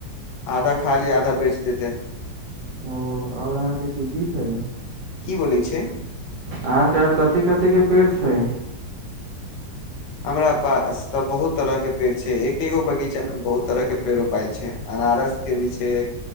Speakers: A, on the left; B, on the right.
A: आधा खा लिए आधा बेच देते
B: ओ आओर अहाँके की की खेबै
A: की बोलै छै
B: अहाँके आओर कथी कथी के पेड़ छै
A: हमरा पास तऽ बहुत तरहके पेड़ छै एकै गो बगीचामे बहुत तरहके पेड़ रोपाइल छै अनारसके भी छै